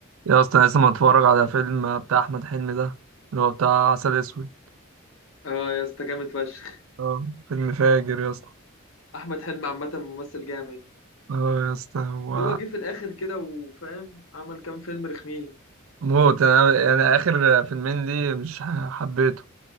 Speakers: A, on the right; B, on the left.
A: يا اصلا أنا لسه متفرج على فيلم بتاع احمد حلمي ده اللي هو بتاع عسل اسود
B: اه يا اسطى جامد فشخ
A: اه فيلم فاجر يا اسطى
B: احمد حلمي عامه ممثل جامد
A: اه يا اسطى هو
B: هو جه في الاخر كده وفاهم عمل كام فيلم رخمين
A: موت انا يعني اخر فيلمين ليه مش ح- حبيته